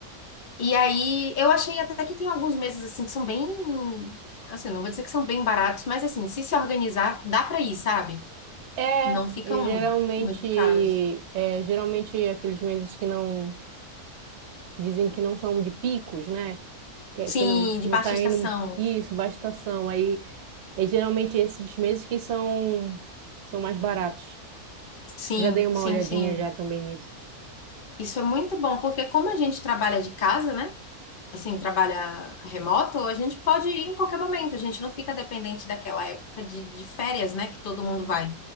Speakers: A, on the left; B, on the right.
A: E aí, eu achei até que tem alguns meses assim que são bem, assim, não vou dizer que são bem baratos, mas assim, se se organizar, dá pra ir, sabe?
B: É,
A: Não ficam
B: geralmente,
A: muito caros.
B: é, geralmente aqueles meses que não dizem que não são de picos, né? Que,
A: Sim,
B: que não
A: de
B: não
A: baixa
B: tá
A: estação.
B: indo isso, baixa estação. Aí é geralmente esses meses que são são mais baratos.
A: Sim,
B: Já dei uma
A: sim,
B: olhadinha
A: sim.
B: já também nisso.
A: Isso é muito bom, porque como a gente trabalha de casa, né? Assim, trabalha remoto, a gente pode ir em qualquer momento, a gente não fica dependente daquela época de, de férias, né? Que todo mundo vai.